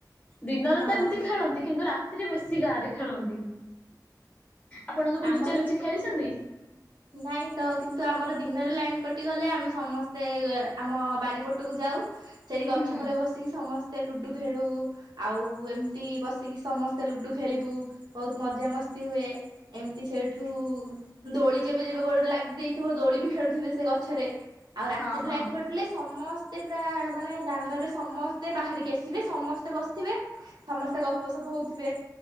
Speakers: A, on the left; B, on the right.
A: ଦିନରେ
B: ହଁ।
A: ତ ଏମିତି ଖେଳନ୍ତି କିନ୍ତୁ ରା ଏଥିରେ ବେଶୀ ଗାଁ ରେ ଖେଳନ୍ତି ଆପଣ କେବେ
B: ଆମର
A: ଲୁଚା ଲୁଚି
B: ବି
A: ଖେଳିଚନ୍ତି।
B: ନାଇଁ ତ କିନ୍ତୁ ଆମର ଦିନରେ ଲାଇନ୍ କଟିଗଲେ ଆମେ ସମସ୍ତେ ଆମ ବାରିପଟକୁ ଯାଉ ସେଇଟି ଗଛ
A: ହୁଁ
B: ମୂଳେ ବସିକି ସମସ୍ତେ ଲୁଡୁ ଖେଳୁ ଆଉ ଏମିତି ବସିକି ସମସ୍ତେ ଲୁଡୁ ଖେଳିବୁ ବୋହୁତ ମଜାମସ୍ତି ହୁଏ। ଏମିତି ସେଇଠୁ ଦୋଳି ଯେବେ ଯେବେ ଗୋ ଲାଗି ଦେଇଥିବ ଦୋଳି ବି ଖେଳୁଥିବ ସେ ଗଛରେ ଆଉ ରାତିରେ
A: ହଁ ହଁ
B: ଲାଇନ କ ଲେ ସମସ୍ତେ ପ୍ରାୟ ମାନେ ଦାଣ୍ଡରେ ସମସ୍ତେ ବାହାରିକି ଆସିବେ ସମସ୍ତେ ବସିଥିବେ ସମସ୍ତେ ଗପସପ ହୋଉଥିବେ।